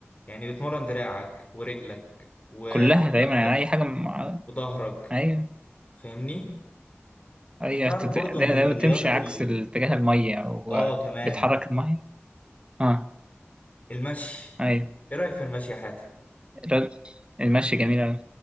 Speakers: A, on the left; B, on the right.
A: يعني بتمرن دراعك ورجلك و-
B: كلها
A: ورقبتك
B: دايما يعني أي حاجة مع...
A: وظهرك
B: أيوه
A: فاهمني
B: هي
A: تعرف
B: بتت-
A: برضو
B: ده
A: ان
B: ده
A: رياضة
B: بتمشي عكس
A: ال
B: اتجاه المية أو
A: اه كمان
B: بتحرك المية اه
A: المشي
B: أيوة
A: ايه رأيك في المشي يا حاتم؟
B: الرد- المشي جميل أوي